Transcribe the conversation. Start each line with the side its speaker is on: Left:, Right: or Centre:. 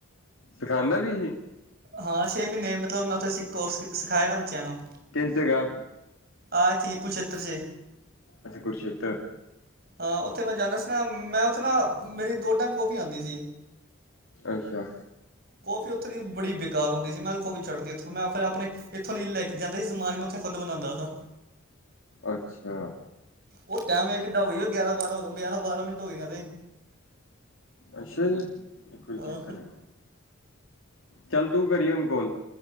Left: ਸਿਖਾਉਂਦਾ ਵੀ ਸੀ।
Right: ਹਾਂ, ਛੇ ਮੀਨੇ ਮਤਲਬ ਮੈਂ ਔਥੇ ਸਿ ਕੋਰਸ ਸਿਖਾਏ ਨਾ ਬੱਚਿਆਂ ਨੂੰ।
Left: ਕਿਸ ਜਗਾਂ।
Right: ਆਹ ਇੱਥੇ ਕੁਰੂਕਸ਼ੇਤਰ ਸੀ।
Left: ਅੱਛਾ, ਕੁਰੂਕਸ਼ੇਤਰ।
Right: ਹਾਂ, ਓਥੇ ਮੈਂ ਜਾਂਦਾ ਸੀ ਨਾ, ਮੈਂ ਓਥੇ ਨਾ ਮੇਰੀ ਦੋ ਟੈਮ ਕੌਫੀ ਆੰਦੀ ਸੀ।
Left: ਅੱਛਾ
Right: ਕੌਫੀ ਔਥੇ ਦੀ ਬੜੀ ਬੇਕਾਰ ਹੋੰਦੀ ਸੀ, ਮੈਂ ਤੇ ਕੋਫੀ ਛੱਡਤੀ, ਏਥੋਂ ਮੈਂ ਫੇਰ ਆਪਣੇ ਇੱਥੋਂ ਦੀ ਲੈ ਕੇ ਜਾਂਦਾ ਸੀ ਸਮਾਨ ਮੈਂ। ਉਥੇ ਖੁਦ ਬਣਾੰਦਾ ਸਾਂ।
Left: ਅੱਛਾ।
Right: ਉਹ ਟੈਮ ਵ ਕਿੱਡਾ ਹੋਈ ਉਹ ਗਿਆਰਾਂ- ਬਾਰਾਂ, ਗਿਆਰਾਂ- ਬਾਰਾਂ ਮਿੰਟ ਹੋ ਗਈਆਂ ਤੇ।
Left: ਅੱਛਾ ਜੀ। ਇੱਕ ਵਾਰੀ
Right: ਹਾਂ
Left: ਚੈੱਕ ਕਰਾ। ਚੱਲ ਤੂੰ ਕਰੀ ਹੁੰਣ ਕੋਲ।